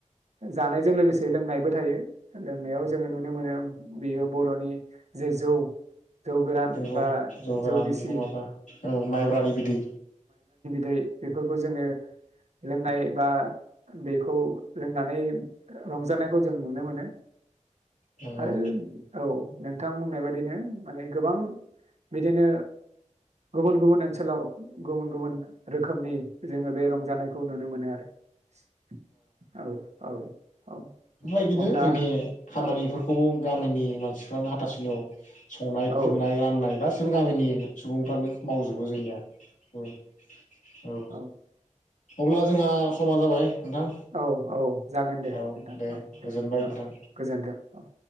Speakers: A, on the right; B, on the left.
A: जानायजों लोगोसे लोंनायबो थायो। लोंनायाव जोङो नुनो मोनो बेयो बर'नि जे जौ जौ गोरान
B: नंगौ
A: बा
B: गोरान
A: जौ गिसि
B: नङाबा औ माइब्रानि बिदै
A: दै बेफोरखौ जोङो लोंनाय बा बेखौ लोंनानै रंजानायखौ जों नुनो मोनो
B: नंगौ
A: आरो औ नोंथां बुंनाय बायदिनो माने गोबां बिदिनो गुबुन गुबुन ओनसोलाव गुबुन गुबुन रोखोमनि जोङो बे रंजानायखौ नुनो मोनो आरो औ औ औ।
B: नों <unintelligible>
A: अब्ला
B: खामानिफोरखौबो
A: औ
B: गामिनि मानसिफ्रानो हाथासुनियाव संनाय
A: औ
B: खुरनाय राननाय गासि बो गामिनि सुबुंफ्रानो मावजोबो जोंनिया। औ।
A: औ
B: अब्ला जोंहा समा जाबाय नोंथां।
A: औ औ जागोन दे
B: औ
A: नोंथां औ दे
B: गोजोनबाय
A: औ
B: नोंथां
A: गोजोन्थों औ।